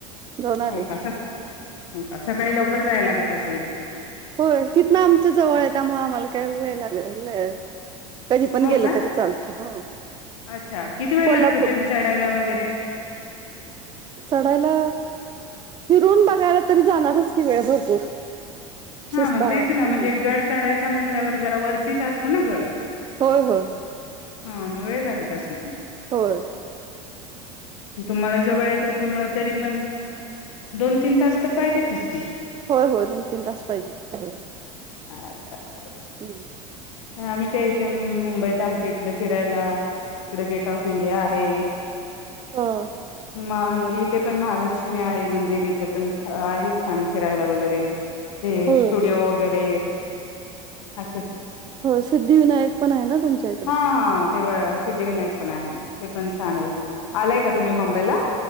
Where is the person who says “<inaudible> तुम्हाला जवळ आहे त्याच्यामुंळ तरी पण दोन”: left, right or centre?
Left